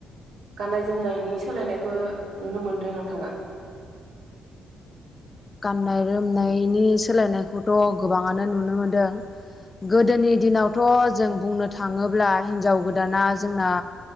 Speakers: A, on the right (about 85°); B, on the left (about 25°).
A: गाननाय जोमनायनि सोलायनायखौ नुनो मोनदों नोंथाङा
B: गाननाय जोमनायनि सोलायनायखौथ' गोबाङानो नुनो मोनदों गोदोनि दिनावथ' जों बुंनो थाङोब्ला हिनजाव गोदाना जोंना